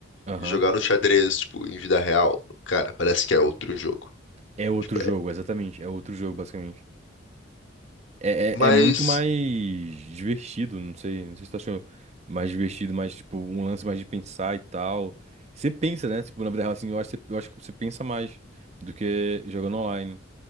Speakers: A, on the right; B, on the left.
A: Aham.
B: e jogar no xadrez, tipo, em vida real, cara, parece que é outro jogo.
A: É outro
B: Tipo,
A: jogo,
B: é.
A: exatamente. É outro jogo, basicamente. É,
B: Mas,
A: é, é muito mais divertido, não sei, não sei se tu achou mais divertido, mais tipo, um lance mais de pensar e tal. Você pensa, né? Tipo, na vida real, assim, eu acho, que você- eu acho que você pensa mais do que jogando online.